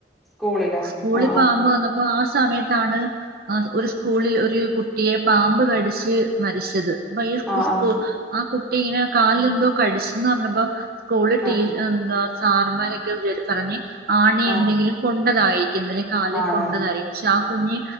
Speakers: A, in the centre; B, on the right.
A: സ്കൂളിലോ
B: സ്കൂളി
A: ആ
B: പാമ്പ്
A: ആ
B: വന്നാ അപ്പൊ ആ സമയത്താണ് ഒരു സ്കൂളിൽ ഒരു കുട്ടിയെ പാമ്പ് കടിച്ച് മരിച്ചത് ഇപ്പൊ
A: ആ
B: സ്കൂ
A: ആ
B: ആ കുട്ടി ഇങ്ങനെ കാലിന് എന്തോ കടിച്ചന്ന് പർഞ്ഞപ്പോ സ്കൂളിൽ ടീ
A: ആ
B: എന്താ സാർമാരൊക്കെ പറഞ്ഞ് ആണിയെ
A: ആ ആ
B: എന്തെങ്കിലും കൊണ്ടതായിരിക്കും ഇതിലെ കാല്
A: ആണാണ്
B: കൊണ്ടതാറിയു പക്ഷെ ആ കുഞ്ഞ്